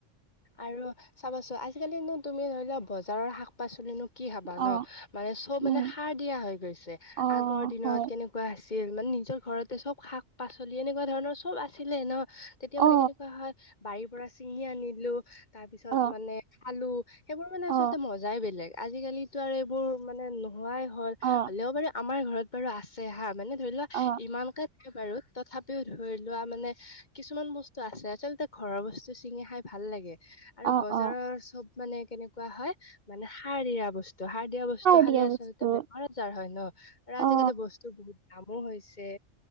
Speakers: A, on the left (about 35°); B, on the right (about 60°).
A: আৰু চাবাচোন আজিকালি মুৰ তুমি ধৰি লোৱা বজাৰৰ শাক পাচলিনো কি খাবা
B: অ
A: ন? মানে চব মানে
B: উম
A: সাৰ দিয়া হৈ গৈছে।
B: অ
A: আগৰ দিনত
B: হয়
A: কেনেকা এনেকুৱা আছিল মানে নিজৰ ঘৰতে চব শাক পাচলি এনেকুৱা ধৰণৰ চব আছিলে ন? তেতিয়া
B: অ
A: মানে কেনেকুৱা হয়, বাৰীৰ পৰা ছিঙি আনিলোঁ, তাৰ পিছত
B: অ
A: মানে খালোঁ সেইবোৰ মানে
B: অ
A: আচলতে মজাই বেলেগ আজিকালিটো আৰু এইবোৰ মানে নোহোৱাই হ'ল।
B: অ
A: হ'লেও বাৰু আমাৰ ঘৰত বাৰু আছে হা, মানে ধৰি লোৱা
B: অ
A: ইমানকে নাথাকে বাৰু। তথাপিও ধৰি লোৱা মানে কিছুমান বস্তু আছে, আচলতে ঘৰৰ বস্তু চিঙি খাই ভাল লাগে আৰু
B: অ
A: বজাৰৰ
B: অ
A: চব মানে কেনেকুৱা হয় মানে সাৰ দিয় বস্তু সাৰ দিয়া বস্তু খালে
B: দিয়া
A: আচলতে
B: বস্তু
A: বেমাৰ আজাৰ হয় ন? আৰু
B: অ
A: আজিকালি বস্তু বহুত দামো হৈছে।